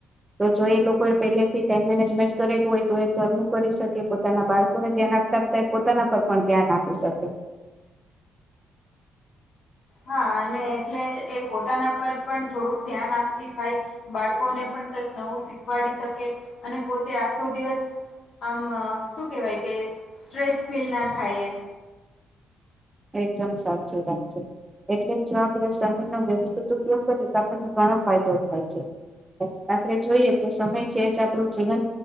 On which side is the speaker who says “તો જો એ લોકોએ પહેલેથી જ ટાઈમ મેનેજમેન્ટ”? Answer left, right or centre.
Right